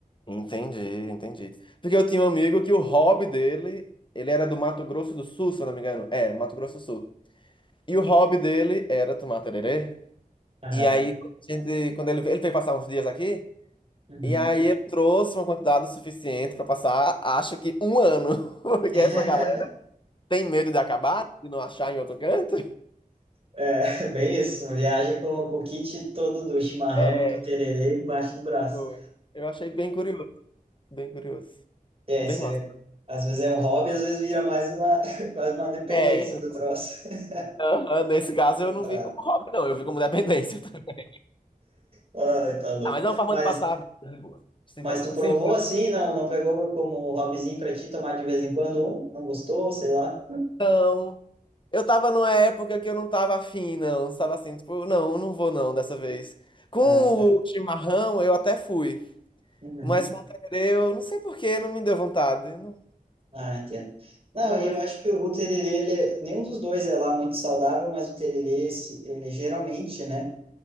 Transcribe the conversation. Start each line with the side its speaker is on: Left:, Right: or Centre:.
Left: entendi, entendi. Porque eu tinha um amigo que o hobby dele, ele era do Mato Grosso do Sul, se eu não me engano. É, Mato Grosso do Sul. E o hobby dele era tomar tererê.
Right: Aham.
Left: E aí, quando a gente- quando ele, ele veio passar uns dias aqui,
Right: Uhum.
Left: E aí eu trouxe uma quantidade suficiente para passar, acho que um ano, <laughs> porque
Right: <laughs>
Left: essa galera tem medo de acabar, de não achar em outro canto.
Right: É, bem isso, viaja com, com o kit todo do chimarrão
Left: É,
Right: ou do tererê embaixo do braço.
Left: pô, eu achei bem curioso, bem curioso,
Right: É,
Left: bem
Right: isso
Left: massa.
Right: aí, é, às vezes é um hobby, às vezes vira mais uma, <laughs> quase uma dependência
Left: É,
Right: do troço. <laughs>
Left: aham, nesse caso eu
Right: É
Left: não
Right: brabo.
Left: vi como hobby, não, eu vi como dependência. <laughs>
Right: Ai, tá louco.
Left: Ah, mas é uma forma
Right: Mas,
Left: de passar a vida de boa, sem
Right: mas
Left: problema.
Right: tu provou
Left: Sem...
Right: assim, não, não pegou como hobbyzinho pra ti tomar de vez em quando um? Não gostou, sei lá?
Left: Então, eu tava numa época que eu não tava afim, não, tava assim, tipo, não, não vou não dessa vez. Com
Right: Ah, tá.
Left: o chimarrão eu até fui.
Right: Uhum.
Left: Mas com tererê, eu não sei por que, não me deu vontade. Não
Right: Ah, entendo. Não,
Left: foi.
Right: e eu acho que o o tererê, ele é- nenhum dos dois é lá muito saudável, mas o tererê, esse- ele geralmente, né,